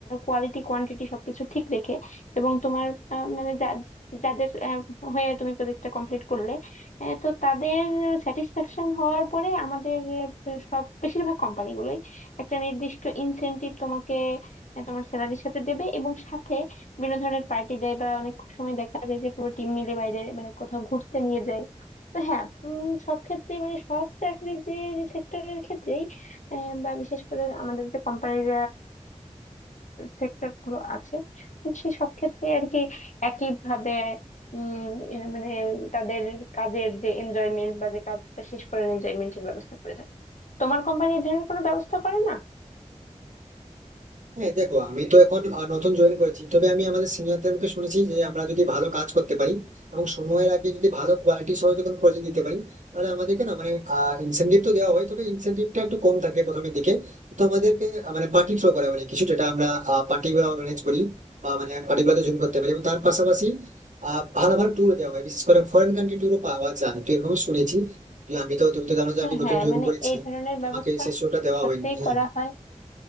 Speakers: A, on the left; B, on the right.
A: কোয়ালিটি কোয়ান্টিটি সবকিছু ঠিক রেখে এবং তোমার আহ, মানে যা- যাদের আহ, হয়ে তুমি প্রজেক্টটা কমপ্লিট করলে আহ, তো তাদের স্যাটিসফ্যাকশন হওয়ার পরে আমাদের আহ, সব বেশিরভাগ কোম্পানিগুলোই একটা নির্দিষ্ট ইনসেনটিভ তোমাকে আহ, তোমার স্যালারির সাথে দেবে এবং সাথে বিভিন্ন ধরনের পার্টি দেয় বা অনেক সময় দেখা যায় যে পুরো টিম মিলে বাইরে মানে কোথাও ঘুরতে নিয়ে যায় তো হ্যাঁ উম, সব ক্ষেত্রে মানে সব চাকরির যে সেক্টরের ক্ষেত্রেই আহ, বা বিশেষ করে আমাদের যে কোম্পানির সেক্টর গুলো আছে তো সেই সব ক্ষেত্রে আর কি একই ভাবে উম আহ, মানে তাদের কাজের যে এনজয়মেন্ট বা যে কাজটা শেষ করার এনজয়মেন্টের ব্যবস্থা করে থাকে তোমার কোম্পানি এই ধরনের কোনো ব্যবস্থা করে না
B: হ্যাঁ দেখো আমি তো এখন আহ, নতুন জয়েন করেছি তবে আমি আমাদের সিনিয়রদের মুখে শুনেছি যে আমরা যদি ভালো কাজ করতে পারি এবং সময়ের আগে যদি ভালো কোয়ালিটি সহ যদি কোনো প্রজেক্ট দিতে পারি তাহলে আমাদেরকে না মানে ইনসেনটিভ তো দেওয়া হয় তবে ইনসেনটিভটা একটু কম থাকে প্রথমের দিকে তো আমাদেরকে আহ, মানে পার্টি থ্রো করা মানে কিছু যেটা আমরা পার্টি গুলো অর্গানাইজ করি বা মানে পার্টি গুলোতে জয়েন করতে পারি এবং তার পাশাপাশি আহ, ভালো ভালো ট্যুর দেওয়া হয় বিশেষ করে ফরেন কান্ট্রি ট্যুরও পাওয়া যায় তো এরকম শুনেছি যে আমি তো তুমি তো জানো যে
A: হ্যাঁ
B: আমি নতুন
A: হ্যাঁ
B: জয়েন
A: মানে
B: করেছি
A: এই ধরনের
B: তো
A: ব্যবস্থা
B: আমাকে সেই শোটা দেওয়া
A: সত্যিই
B: হয়নি হ্যাঁ
A: করা হয়